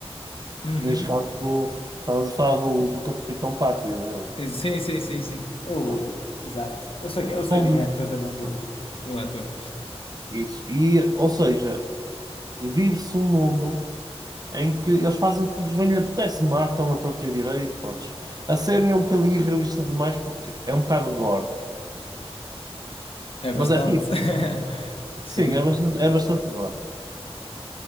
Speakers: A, on the left; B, on the right.
A: Uhum.
B: Neste caso, tu estás a falar do, do Capitão Pátria, né?
A: Sim, sim, sim, sim. Oh,
B: Pronto.
A: exato. Eu sei, que- eu sei
B: Todos-
A: quem é perfeitamente
B: pronto,
A: o, o ator.
B: Isso. E, ou seja, vive-se um mundo. em que eles fazem o que lhes bem lhe apetece, matam a torta e a direito, pronto. A série é um bocadinho irrealista demais porque é um bocado gore,
A: É bastante.
B: mas é fixe.
A: <laughs> Sim.
B: Sim, é bastante, é bastante gore,